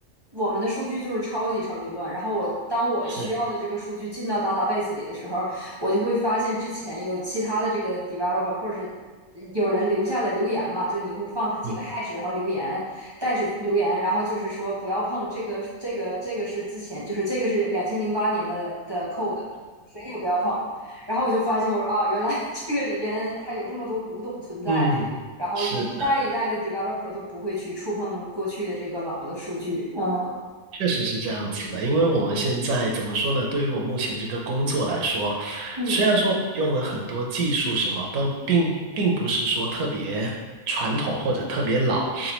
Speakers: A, on the right; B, on the right.
A: 我们的数据就是超级超级乱。然后我当我需要的这个数据进到
B: 是，
A: database 里的时候，我就会发现之前有其他的这个 developer 或者是有人留下的留言嘛，就你会放几个
B: 嗯
A: hash 然后留言，但是留言，然后就是说不要碰这个，这个，这个是之前，就是这个是两千零八年的的 code，谁也不要碰。然后我就发现，我说啊，原来 <laughs> 这个里边还有这么多古董存在，
B: 嗯，
A: 然后一代一代的
B: 是的。
A: developer 都不会去触碰过去的这个老的数据。嗯
B: 确实是这样子的，因为我们现在怎么说呢？对于我目前这个工作来说，
A: 嗯
B: 虽然说我们用了很多技术什么，但并并不是说特别传统或者特别老，